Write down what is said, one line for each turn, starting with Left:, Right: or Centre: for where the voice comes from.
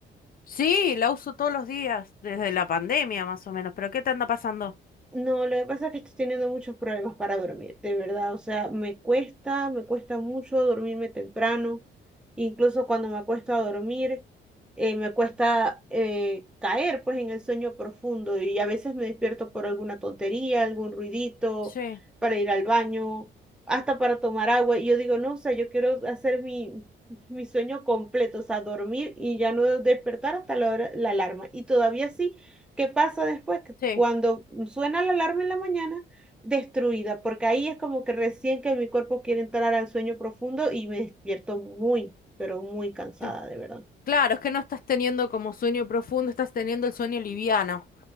Left: sí, la uso todos los días, desde la pandemia más o menos, pero ¿qué te anda pasando?
Centre: No, lo que pasa es que estoy teniendo muchos problemas para dormir, de verdad. O sea, me cuesta, me cuesta mucho dormirme temprano. Incluso cuando me acuesto a dormir, eh, me cuesta eh, caer pues en el sueño profundo y a veces me despierto por alguna tontería, algún ruidito,
Left: Sí,
Centre: para ir al baño, hasta para tomar agua. Y yo digo, no, o sea, yo quiero hacer mi, mi sueño completo, o sea, dormir y ya no despertar hasta la hora- la alarma. Y todavía sí. ¿Qué pasa después? Que
Left: sí.
Centre: cuando suena la alarma en la mañana, destruida, porque ahí es como que recién que mi cuerpo quiere entrar al sueño profundo y me despierto muy, pero muy cansada,
Left: sí.
Centre: de verdad.
Left: Claro, es que no estás teniendo como sueño profundo, estás teniendo el sueño liviano.